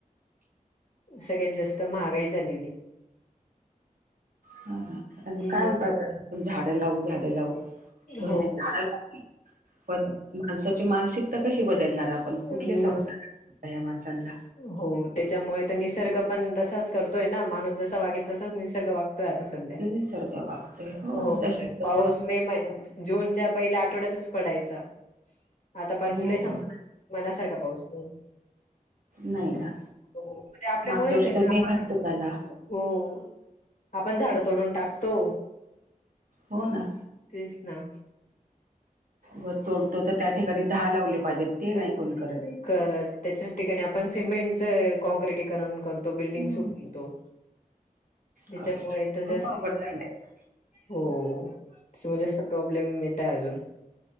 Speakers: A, on the left; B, on the right.
A: सगळ्यात जास्त महागाई झालेली.
B: ह ह आणि काय
A: मग
B: उपाय करू आपण. झाड लावू. झाड लावू. भल्या
A: हो.
B: झाड लावू. पण माणसाची मानसिकता कशी बदलणार आपण.
A: मग
B: कुठले संस्कार या माणसांना.
A: हो त्याच्यामुळे तर निसर्ग पण तसाच करतोय ना. माणूस जसा वागेल तसाच निसर्ग वागतोय आता. सध्या,
B: निसर्ग वागतोय
A: हो
B: दशक
A: पाऊस मे महि जूनच्या पहिल्या आठवड्यातच पडायचा. आता पार
B: हो
A: जुलै संप मना सारखा पाऊस नाही आहे.
B: नाही ना
A: हो, ते आपल्यामुळेच
B: मागच्या वर्षी
A: आहे
B: तर
A: ना.
B: मी
A: आपण
B: म्हणत होताला
A: हो, आपण झाड तोडून टाकतो.
B: हो ना
A: तेच ना
B: जर तोडतो तर त्या ठिकाणी दहा लावले पाहिजेत. ते
A: बई
B: नाही
A: ग,
B: कोणी करत
A: खरच त्याच्याच ठिकाणी आपण सिमेंटच कॉंक्रिटीकरण करतो. तो बिल्डिंग
B: हम्म
A: सुपीतो त्याच्यामुळे
B: करत
A: तर जास्त
B: खूप अवघड झालंय
A: हो त्यामुळे जास्त प्रॉब्लेम येताय अजून.